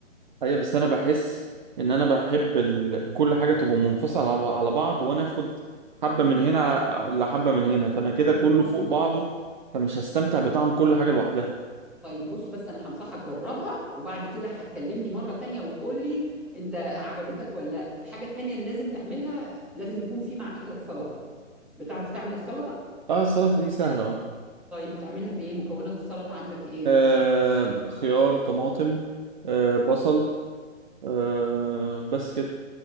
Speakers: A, on the right (about 35°); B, in the centre.
A: ايوه بس انا بحس ان انا بحب ال... كل حاجة تبقى منفصلة على على بعض وانا اخد حبة من هنا لحبة من هنا فانا كده كله فوق بعضه فمش هستمتع بطعم كل حاجة لوحدها
B: طيب بص بس انا هنصحك جربها وبعد كده هتكلمني مره تانية وتقول لي انت عجبتك ولا لا الحاجه التانية اللي لازم تعملها لازم يكون في مع اكلك سلطه بتعرف تعمل السلطه
A: اه السلطة دي سهلة اهو
B: طيب بتعملها بايه مكونات السلطه عندك ايه
A: آه خيار طماطم آه بصل آه بس كده